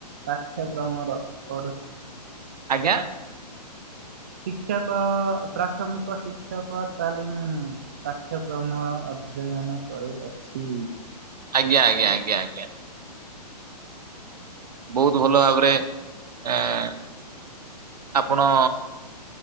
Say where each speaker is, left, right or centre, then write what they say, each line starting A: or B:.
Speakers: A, on the right; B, on the right.
A: ପାଠ୍ୟ କ୍ରମର ପଢୁଚି।
B: ଆଜ୍ଞା।
A: ଶିକ୍ଷକ, ପ୍ରାଥମିକ ଶିକ୍ଷକ ତାଲିମ୍ ପାଠ୍ୟକ୍ରମ ଅଛ୍ ଅଧ୍ୟୟନ କରୁଅଛି।
B: ଆଜ୍ଞା ଆଜ୍ଞା ଆଜ୍ଞା ଆଜ୍ଞା। ବହୁତ ଭଲ ଭାବରେ ଏଁ ଆପଣଅ